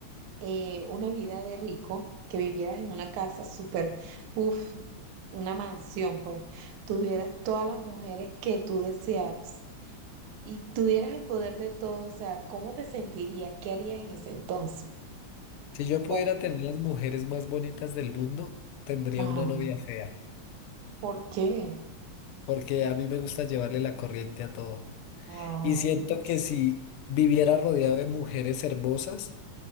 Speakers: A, on the right; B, on the left.
A: eh, una vida de rico, que vivieras en una casa súper, uff, una mansión, pues, tuvieras todas las mujeres que tú desearas y tuvieras el poder de todo, o sea, ¿cómo te sentirías? ¿Qué harías en ese entonces?
B: Si yo pudiera
A: O-
B: tener las mujeres más bonitas del mundo, tendría
A: ajá,
B: una novia fea,
A: ¿por qué?
B: porque a mí me gusta llevarle la corriente a todo.
A: Ah,
B: Y siento
A: Dios.
B: que si viviera rodeado de mujeres hermosas,